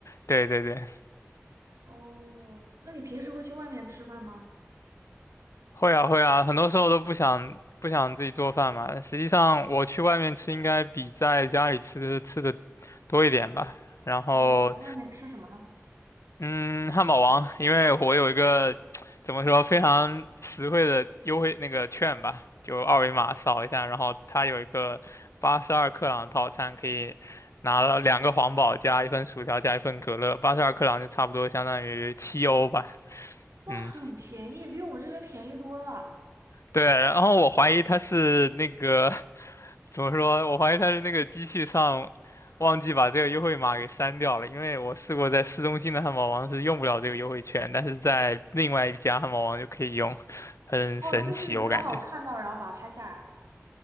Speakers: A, on the left; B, on the right.
A: 对对对，
B: 哦，那你平时会去外面吃饭吗？
A: 会啊会啊，很多时候都不想不想自己做饭嘛。实际上我去外面吃应该比在家里吃吃的多一点吧。然后
B: 你外面吃什么呢？
A: 嗯，汉堡王，因为我有一个怎么说非常实惠的优惠那个券吧，就二维码扫一下，然后它有一个八十二克朗套餐，可以拿了两个皇堡加一份薯条加一份可乐，八十二克朗就差不多相当于七欧吧。嗯，
B: 很便宜，比我们这边便宜多了。
A: 对，然后我怀疑它是那个怎么说？我怀疑他是那个机器上忘记把这个优惠码给删掉了，因为我试过在市中心的汉堡王是用不了这个优惠券，但是在另外一家汉堡王就可以用，很神奇，
B: 哦，就是你刚好看到，
A: 我感觉。
B: 然后把它拍下来，